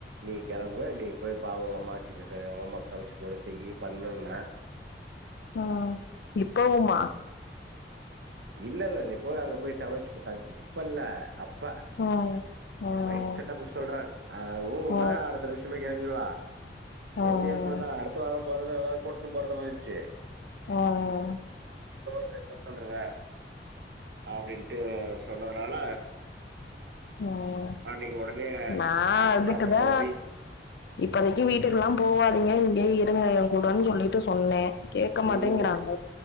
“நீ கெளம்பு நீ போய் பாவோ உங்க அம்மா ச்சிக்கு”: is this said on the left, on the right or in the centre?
Right